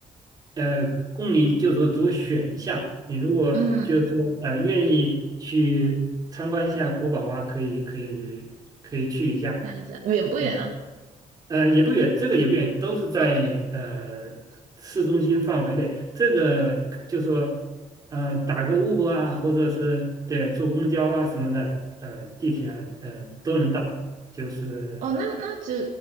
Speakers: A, on the right; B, on the right.
A: 呃供你就说做选项，你如果就是说呃愿意去参观一下古堡啊，
B: 嗯，
A: 可以可以可以去一下。
B: 看一下远不远啊？
A: 啊呃，也不远，这个也不远，都是在呃市中心范围内。这个就说，呃，打个 Uber 啊，或者是对坐公交啊什么的，呃，地铁啊，呃，都能到。就是
B: 哦，那那就